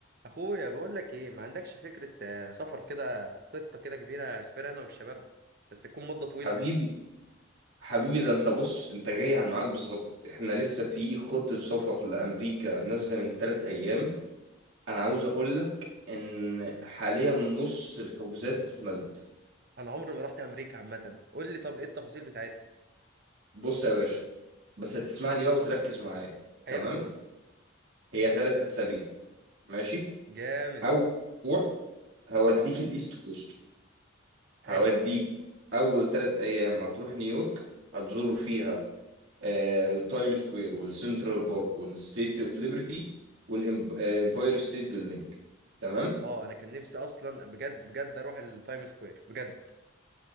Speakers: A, on the right; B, on the right.
A: اخويا بقول لك ايه ما عندكش فكره آه، سفر كده خطه كده كبيره اسافر انا والشباب بس تكون مده طويله
B: حبيبي حبيبي ده انت بص انت جاي على الميعاد بالظبط احنا لسه في خطة سفر لأمريكا نازلة من تلات أيام أنا عاوز أقول لك إن حاليا نص الحجوزات اتملت
A: انا عمري ما رحت امريكا عامه قول لي طب ايه التفاصيل بتاعتها
B: بص يا باشا بس هتسمعني بقى وتركز معايا
A: حلو
B: تمام
A: قول لي
B: هي تلات أسابيع ماشي
A: جامد
B: أول أسبوع هوديك
A: اه
B: الإيست كوست
A: حلو
B: هوديك أول تلات أيام هتروح نيويورك هتزور فيها آه، التايم سكوير والسنترال بارك والستيت اوف ليبرتي والامباير ستيت بيلدينج تمام
A: اه انا كان نفسي اصلا بجد بجد اروح التايم سكوير بجد